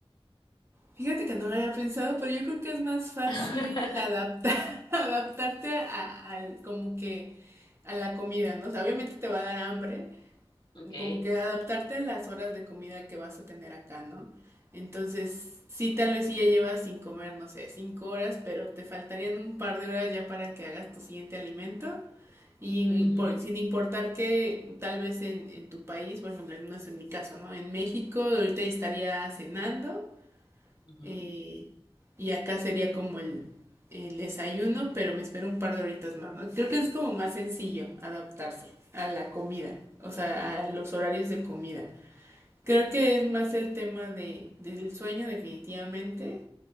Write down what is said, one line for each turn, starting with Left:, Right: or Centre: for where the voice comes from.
Right: Fíjate que no lo había pensado, pero yo creo que es más fácil
Left: <laughs>
Right: adaptar, <laughs> adaptarte a, al, como que a la comida, ¿no? O sea, obviamente te va a dar hambre,
Left: Ok.
Right: como que adaptarte a las horas de comida que vas a tener acá, ¿no? Entonces, sí, tal vez sí ya llevas sin comer, no sé, cinco horas, pero te faltarían un par de horas ya para que hagas tu siguiente alimento. Y impo-
Left: Ujú,
Right: sin importar que tal vez en, en tu país, por ejemplo, no es en mi caso, ¿no? En México ahorita estaría cenando
Left: ujú.
Right: eh, y acá sería como el, el desayuno, pero me espero un par de horitas más, ¿no? Creo que es como más sencillo adaptarse a la comida, o sea, a los horarios de comida. Creo que es más el tema de, del sueño definitivamente,